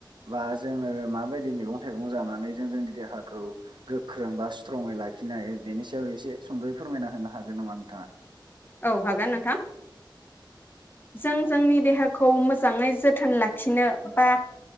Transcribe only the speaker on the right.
बा जोङो माबायदि मेगं थाइगं जानानै जों जोंनि देहाखौ गोख्रों बा स्ट्रङै लाखिनो हायो बेनि सायाव एसे सद'यै फोरमायना होनो हागोन नामा नोंथाङा?